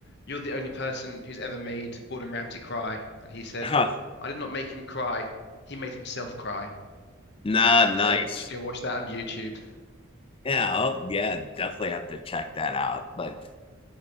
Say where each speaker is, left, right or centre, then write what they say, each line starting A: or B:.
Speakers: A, on the left; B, on the left.
A: "You're the only person who's ever made Gordon Ramsay cry." And he said,
B: Huh.
A: "I did not make him cry. He made himself cry."
B: Nah, nice.
A: So you should go watch that on YouTube.
B: Yeah, I'll, yeah, definitely have to check that out. But